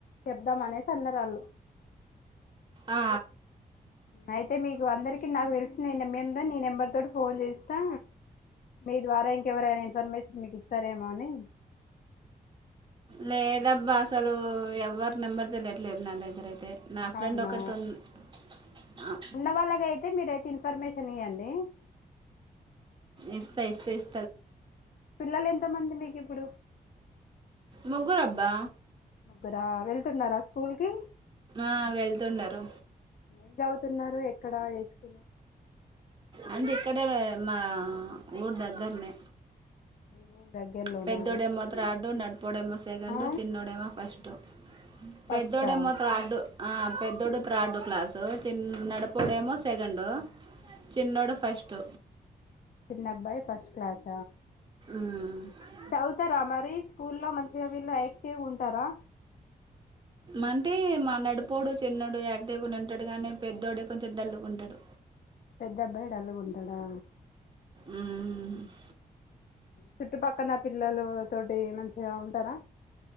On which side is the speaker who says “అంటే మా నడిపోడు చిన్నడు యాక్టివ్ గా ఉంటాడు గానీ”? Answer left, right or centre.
Right